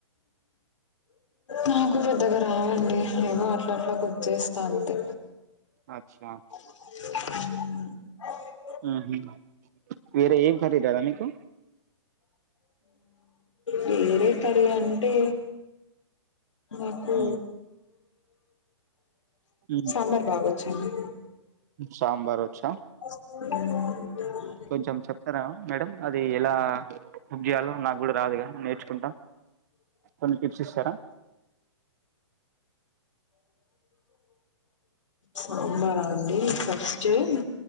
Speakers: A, on the left; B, on the right.
A: నాకు జెప్ అంతగ రావండి ఏవో అట్ల అట్ల కుక్ చేస్తా అంతే
B: అచ్నా
A: ఉమ్
B: ఊహు వేరె ఏం కర్రీ రాదా మీకు
A: వేరే కర్రీ అంటే నాకూ
B: మ్, మ్.
A: సాంబర్ బాగోచ్చు అంతె అండి
B: సాంబార్ వచ్చా
A: మ్
B: కొంచెం చెప్తరా మేడం అది ఎలా బుక్ చేయాలో నాక్ కూడ రాదుగ నేర్చుకుంటాం కొన్ని టిప్స్ ఇస్తరా
A: సాంబరా అండి సర్చ్ చేయ్